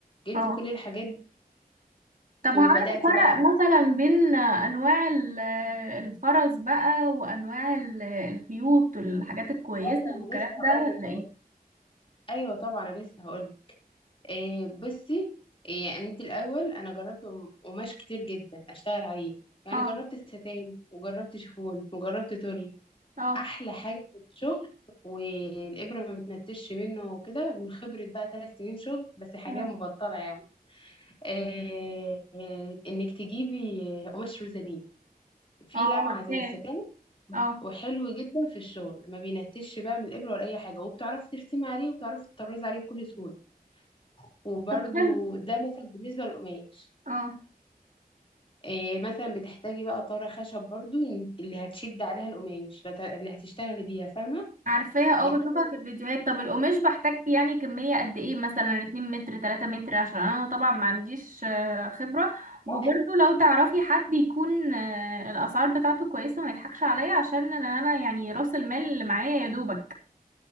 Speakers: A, on the left; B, on the right.
A: جبت
B: اه
A: كل الحاجات دي
B: طب هعرف
A: وبدات
B: افرق
A: بقى
B: مثلا بين انواع ال- الخرز بقى وانواع ال- الخيوط والحاجات الكويسه
A: ايوه انا
B: والكلام
A: لسه
B: ده
A: هقول
B: ولا
A: لك اهو
B: ايه
A: ايوه طبعا انا لسه هقول لك. إيه بصي إيه انت الاول انا جربت قم- قماش كتير جدا اشتغل عليه يعني
B: اه
A: جربت ستان وجربت شيفون وجربت تول
B: اه
A: احلى حاجه في الشغل والابره ما بتنتش منه وكده من خبره بقى ثلاث سنين شغل بس حاليا
B: اه
A: مبطله يعني إيه إيه انك تجيبي قماش روزالين في
B: اه عارفاه
A: لمعة زي الستان
B: اه
A: وحلو جدا في الشغل ما بينتش بقى من الإبرة ولا أي حاجة وبتعرفي ترسمي عليه وبتعرفي تطرزي عليه بكل سهولة وبرده
B: طب حلو
A: ده مثلا بالنسبة للقماش
B: اه
A: إيه مثلا بتحتاجي بقى طارة خشب برضو إن- اللي هتشد عليها القماش بت- اللي هتشتغلي بيها فاهمة
B: عارفاها
A: الطارة
B: اه بشوفها في الفيديوهات
A: دي
B: طب القماش بحتاج يعني كميه قد ايه مثلا 2 متر 3 متر عشان انا طبعا ما عنديش آه، خبره وبرضه
A: بقى أنت-
B: لو تعرفي حد يكون آه، الاسعار بتاعته كويسه ما يضحكش عليا عشان انا أنا يعني راس المال اللي معايا يا دوبك